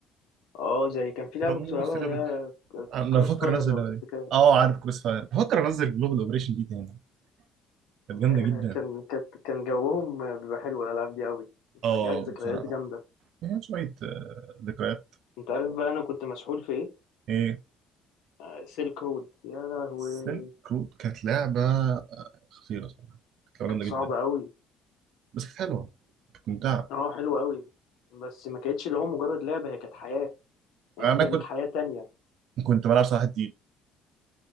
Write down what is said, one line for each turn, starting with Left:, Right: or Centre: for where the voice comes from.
Left: اه زي كان في لعبة
Right: بموت
Left: كنت بلعبها
Right: في اللعبه
Left: اللي هي
Right: دي انا
Left: كروس
Right: بفكر
Left: فاير
Right: انزل
Left: لو
Right: اللعبه
Left: تفتكر
Right: دي اه عارف كروس فاير بفكر انزل جلوبال اوبريشن دي تاني كانت
Left: يعني
Right: جامده جدا
Left: كان كانت كان جوهم بيبقى حلو الالعاب دي قوي بترجعك
Right: اه
Left: ذكريات
Right: بصراحه
Left: جامده
Right: فيها شويه آه، ذكريات
Left: انت عارف بقى انا كنت مسحول في ايه
Right: ايه
Left: آه، سيلك رود يا لهوي
Right: سيلك رود كانت لعبه آه، خطيره صراحه كانت
Left: كانت
Right: لعبه
Left: صعبه
Right: جامده جدا
Left: قوي
Right: بس كانت حلوه كانت ممتعه
Left: اه حلوه قوي بس ما كانتش اللي هو مجرد لعبه هي كانت حياه يعني
Right: انا
Left: انت ليك
Right: كنت
Left: حياه تانية
Right: كنت بلعب صراحه